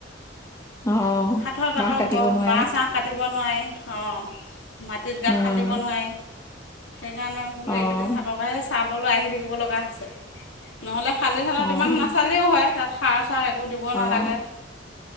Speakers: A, on the left; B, on the left.
A: অ',
B: হঠাৎ
A: বাহ
B: আকৌ
A: কাটিব
B: গছ
A: নোৱাৰে
B: বাঁহ চাহ কাটিব নোৱাৰে অঁ মাটিত গাঁত
A: উম,
B: খান্দিব নোৱাৰি। সেইকাৰণে বোলো
A: অ',
B: এইকেইদিন থাককে, চাবলৈ আহি থাকিব লগা হৈছে, নহ'লে খালি ধানত
A: অ',
B: ইমান নাচালেও হয় তাত সাৰ চাৰ একো দিব নালাগে
A: অ',